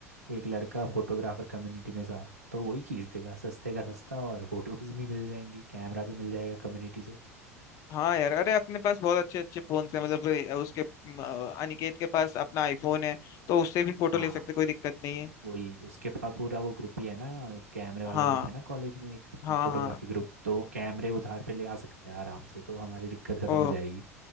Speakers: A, on the right (about 75°); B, on the left (about 40°).
A: एक लड़का फोटोग्राफर कम्युनिटी में था तो वही खींच देगा सस्ते का सस्ता और फोटोज भी मिल जाएंगी कैमरा भी मिल जाएगा कम्युनिटी से
B: हाँ यार अरे अपने पास बहुत अच्छे अच्छे फोन है मतलब अ, उसके अम, अ, अनिकेत के पास अपना आईफोन है तो उससे भी फोटो
A: हाँ
B: ले सकते कोई दिक्कत नहीं है
A: वही उसके पास पूरा वो ग्रुप ही है ना कैमरे वाला
B: हाँ
A: ग्रुप है ना कॉलेज में एक
B: हाँ
A: फोटोग्राफी
B: हाँ
A: ग्रुप तो वो कैमरे उधार पे ले आ सकता है आराम से तो हमारी दिक्कत खत्म
B: ओ
A: हो जाएगी